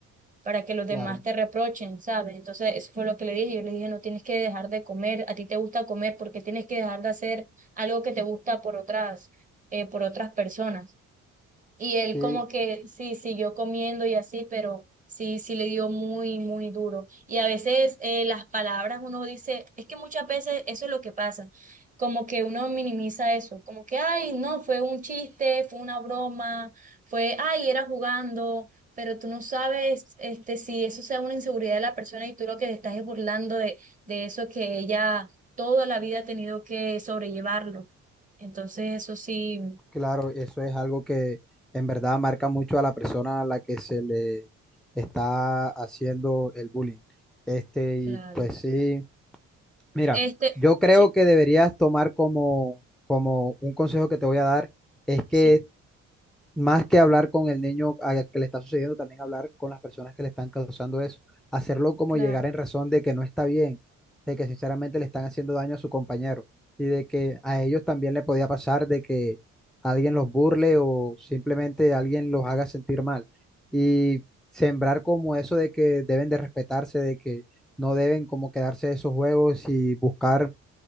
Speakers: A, on the right; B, in the centre.
A: para que los demás
B: Claro,
A: te reprochen, ¿sabes? Entonces, eso fue lo que le dije. Yo le dije, no tienes que dejar de comer, a ti te gusta comer, porque tienes que dejar de hacer algo que te gusta por otras, eh, por otras personas. Y él
B: sí,
A: como que sí, siguió comiendo y así, pero sí, sí le dio muy, muy duro. Y a veces eh, las palabras uno dice, es que muchas veces eso es lo que pasa, como que uno minimiza eso, como que, ay, no, fue un chiste, fue una broma, fue, ay, era jugando, pero tú no sabes este, si eso sea una inseguridad de la persona y tú lo que te estás es burlando de, de eso que ella toda la vida ha tenido que sobrellevarlo. Entonces eso sí,
B: claro, eso es algo que en verdad marca mucho a la persona a la que se le está haciendo el bullying. Este, y
A: claro.
B: pues sí, mira,
A: Este,
B: yo creo
A: sí,
B: que deberías tomar como, como un consejo que te voy a dar, es que
A: sí,
B: más que hablar con el niño al que le está sucediendo, también hablar con las personas que le están causando eso. Hacerlo como
A: claro,
B: llegar en razón de que no está bien, de que sinceramente le están haciendo daño a su compañero y de que a ellos también le podía pasar de que alguien los burle o simplemente alguien los haga sentir mal. Y sembrar como eso de que deben de respetarse, de que no deben como quedarse de esos juegos y buscar